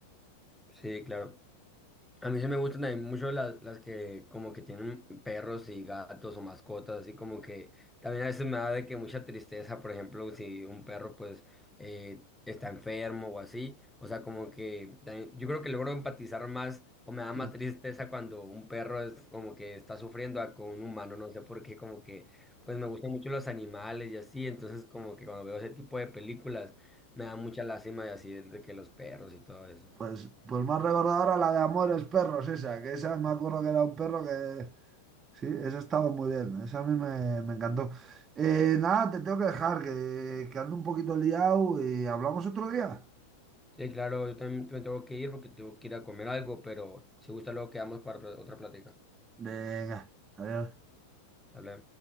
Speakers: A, in the centre; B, on the right.
A: Sí, claro. A mí se me gustan también mucho las, las que como que tienen perros y gatos o mascotas, así como que también a veces me da de que mucha tristeza, por ejemplo, si un perro pues eh, está enfermo o así, o sea, como que también- yo creo que logro empatizar más o me da más
B: Sí.
A: tristeza cuando un perro es como que está sufriendo a con un humano, no sé por qué, como que pues me gustan mucho los animales y así, entonces como que cuando veo ese tipo de películas me da mucha lástima y así de que los perros y todo eso.
B: Pues, pues más recordadora la de Amores Perros, esa, que esa me acuerdo que era un perro que Sí, esa estaba muy bien, esa a mí me, me encantó. Eh, nada, te tengo que dejar, que, que ando un poquito liado y hablamos otro día.
A: Sí, claro, yo también me tengo que ir porque tengo que ir a comer algo, pero si gusta luego quedamos para pl- otra plática.
B: Venga, adiós.
A: Sale.